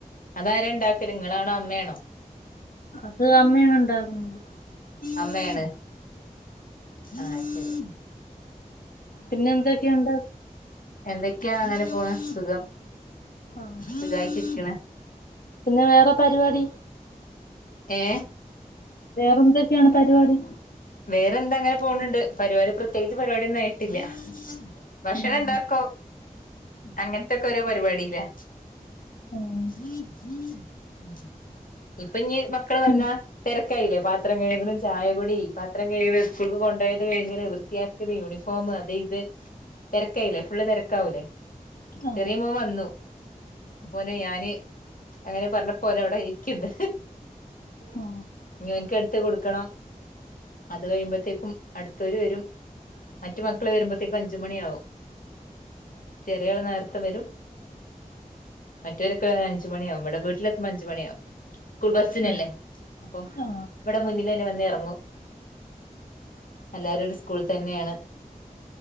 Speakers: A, on the left (about 70°); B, on the left (about 80°).
A: അതാര ഇണ്ടാക്കല് നിങ്ങളാണോ അമ്മയാണോ
B: അത് അമ്മയാണ് ഉണ്ടാക്കുന്നത്
A: അമ്മയാണ് ആ ശരി
B: പിന്നെ എന്തൊക്കേണ്ട്
A: എന്തൊക്കൃ അങ്ങനെ പോണ് സുഖം
B: ആ.
A: സുഖായിട്ടിരിക്ക്ണ്
B: പിന്നെ വേറെ പരിപാടി
A: ഏ
B: വേറെന്തൊക്കെയാണ് പരിപാടി
A: വേറെന്താ അങ്ങനെ പോണ് ണ്ട് പരിപാടി പ്രത്യേകിച്ച് പരിപാടിയൊന്നും ആയിട്ടില്ല ഭഷണം
B: ഉം.
A: ഉണ്ടാക്കും അങ്ങനെത്തൊക്കെ ഓരോ പരിപാടീലാ
B: ഉം.
A: ങ് ഹും <inaudible> ഇപ്പഞ്ഞ് മക്കെള് വന്നാ
B: പിൻ-
A: തെരക്കായില്ലേ പാത്രം കഴുകലും ചായകുടീ പാത്രം കഴുകല് സ്കൂൾക്ക് കൊണ്ടൊയത് കെഴ്കല് വ്ർ വൃത്തിയാക്കല് യൂണിഫോമ് അത് ഇത് തെരക്കായില്ലേ. ഫുള്ള് തെരക്കാവൂലേ
B: ആ.
A: ചെറിയ മോവന്നു പോനെ ഞാന് അങ്ങനെ പറഞ്ഞപ്പോനവ്ടെയിക്ക്ണ്ട്
B: ആ.
A: ഇനോന്ക്ക്ട്ത്ത് കൊടുക്കണം അത് കഴിയുമ്പഴത്തേക്കും അടുത്തൊര് വെരും മറ്റ് മക്കെള് വരുമ്പത്തേക്കും അഞ്ചുമണിയാവും ചെറിയിവൾ നേരത്തെ വെരും മറ്റൊരിപ്പവരാന് അഞ്ച് മണിയാവും ഇവ്ടെ വീട്ടിലെത്തുമ്പൊ അഞ്ച് മണിയാവും സ്കൂൾ ബസ്സിനല്ലേ
B: ആ.
A: അപ്പം
B: ആ.
A: ഇബ്ടെ മുന്നിലെന്നെ വന്നെറങ്ങും എല്ലാരും ഒരു സ്കൂൾ തന്നെയാണ്